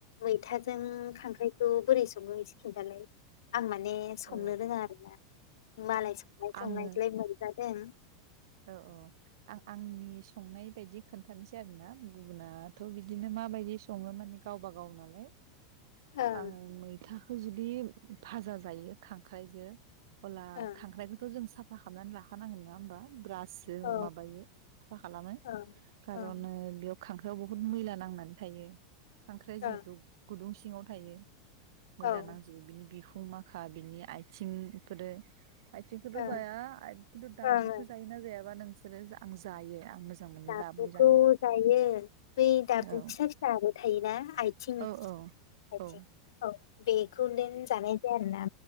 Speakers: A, on the left; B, on the right.
A: मैथाजों खांख्राइ खौ बोरै संङो एसे खिनथालाय आं माने संनो
B: औ
A: रोङा आरोना मालाय संनाय
B: आङो
A: खावनायखौलाय मोनजादों।
B: औ औ आं आंनि संनाय बायदि खोन्थानोसै आरोना गुबुनाथ' बिदिनो माबायदि सङो माने गावबा गाव नालाय
A: ओं
B: आङो मैथा जुदि भाजा जायो खांख्राइजो अब्ला
A: ओं
B: खांख्रखौथ' जों सा फा खामनानै लाखानांगोन ना होमबा। <unintelligible> सो
A: औ
B: मायो साफा खालामो
A: औ ओं
B: खारन
A: ओं
B: ओ बेयाव खांख्राइआव बुहुत मैला नांनानै थायो। खांख्राया जिहेथु
A: औ
B: गुदुं सिङाव थायो। मैला
A: ओं
B: नांजोबो बिनि बिखुं फुं माखा बिनि आइथिंफोरो आइथिंखोथ
A: ओं
B: जाया खिन्थु दाबु
A: ओं
B: खौ जायोना जायाबा नों बिसोरो आं जायो आं मोजां मोनो
A: दाबुखौ
B: दाबु जानो
A: जायो बै दाबु
B: औ
A: फिसा फिसाबो थायोना आइथिं आइथिं
B: औ औ ओ
A: औ बेग खौे देन जानाय जाया आरो ना